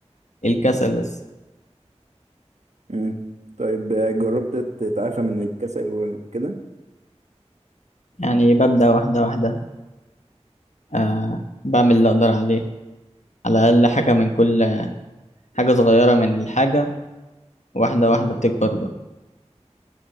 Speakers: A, on the left; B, on the right.
A: الكسل بس
B: مم. طيب جربت تتعافى من الكسل وكده
A: يعني ببدأ واحدة واحدة أه بعمل اللي أقدر عليه على الأقل حاجة من كل حاجة صغيرة من الحاجة واحدة واحدة بتكبر بقى